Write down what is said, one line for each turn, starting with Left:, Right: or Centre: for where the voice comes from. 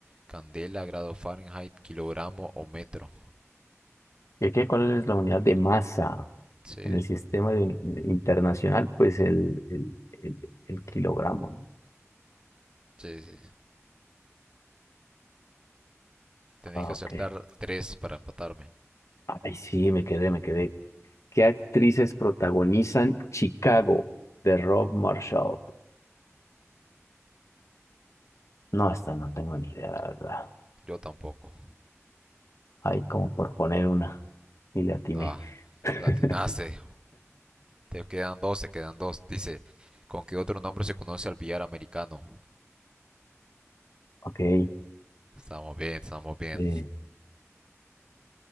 Right: Candela, grado Fahrenheit, kilogramo o metro.
Left: ¿Y qué? ¿Cuál es la unidad de masa
Right: Sí,
Left: en el sistema de un- internacional? Pues el, el, el, el kilogramo, ¿no?
Right: sí, sí. Tenéis
Left: Ah,
Right: que
Left: ok.
Right: acertar tres para empatarme.
Left: Ay, sí, me quedé, me quedé. ¿Qué actrices protagonizan Chicago de Rob Marshall? No, hasta no tengo ni idea, la verdad.
Right: Yo tampoco.
Left: Ahí como por poner una y le atiné.
Right: Ah,
Left: <laughs>
Right: la latinaste. Te quedan dos, te quedan dos. Dice, ¿con qué otro nombre se conoce al billar americano?
Left: Ok.
Right: Estamos bien, estamos bien.
Left: eh,